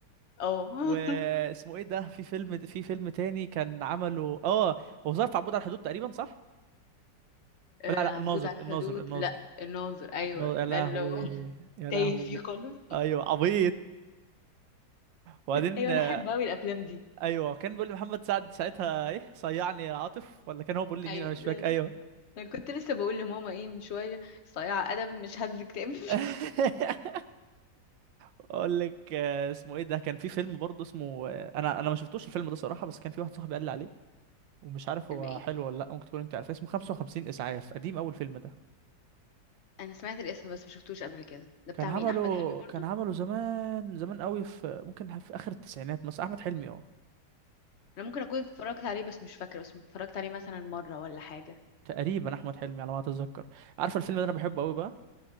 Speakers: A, on the left; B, on the right.
A: اه
B: واسمه
A: <laughs>
B: ايه ده في فيلم في فيلم تاني كان عمله اه هو ظرف عبود على الحدود تقريبا صح
A: آه،
B: لا لا
A: عبود
B: الناظر
A: على الحدود
B: الناظر الناظر
A: لا الناظر ايوه
B: النا- يا
A: ده
B: لهوي
A: اللي هو <laughs>
B: يا
A: تايه
B: لهوي
A: فيه خالص
B: ايوه عبيط وبعدين
A: ايوه
B: آه،
A: انا احب قوي الافلام دي
B: ايوه كان بيقول لي محمد سعد ساعتها ايه صيعني يا عاطف ولا كان هو بيقول لي
A: ايوه
B: مين انا مش فاكر
A: آه،
B: ايوه
A: انا كنت لسه بقول لماما ايه من شويه صياع ادب مش هز كتاب <laughs>
B: <laughs> اقول لك آه، اسمه ايه ده كان في فيلم برضه اسمه آه، انا انا ما شفتوش الفيلم ده صراحه بس كان في واحد صاحبي قال لي عليه ومش عارف
A: فيلم
B: هو
A: ايه
B: حلو ولا لا ممكن تكون انت عارف اسمه 55 اسعاف قديم اول فيلم ده
A: انا سمعت الاسم بس ما شفتوش قبل كده ده
B: كان
A: بتاع
B: عمله
A: مين احمد حلمي برضو
B: كان عمله زمان زمان قوي في ممكن في اخر التسعينات مثلا احمد حلمي اه
A: انا ممكن اكون اتفرجت عليه بس مش فاكره اسمه اتفرجت عليه مثلا مره ولا حاجه
B: تقريبا احمد حلمي على ما اتذكر عارف الفيلم ده انا بحبه قوي بقى